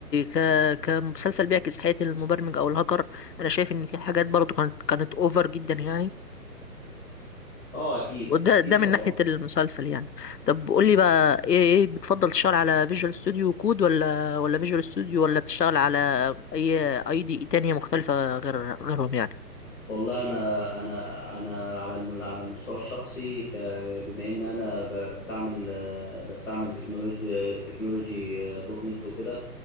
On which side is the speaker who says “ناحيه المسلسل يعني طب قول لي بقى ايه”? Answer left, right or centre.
Left